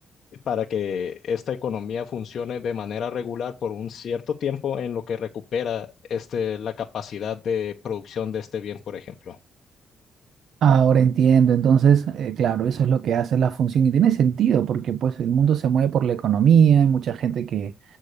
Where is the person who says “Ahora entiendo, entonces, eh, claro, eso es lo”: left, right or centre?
Right